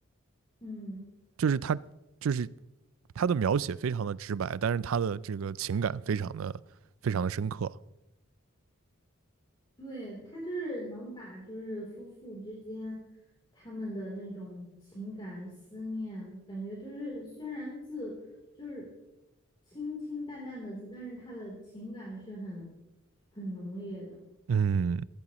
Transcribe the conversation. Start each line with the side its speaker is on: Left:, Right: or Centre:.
Left: 嗯，
Right: 就是他就是他的描写非常的直白，但是他的这个情感非常的非常的深刻。
Left: 对，他就是能把就是夫妇之间他们的那种情感思念，感觉就是虽然字就是清清淡淡的字，但是他的情感是很很浓烈的。
Right: 嗯，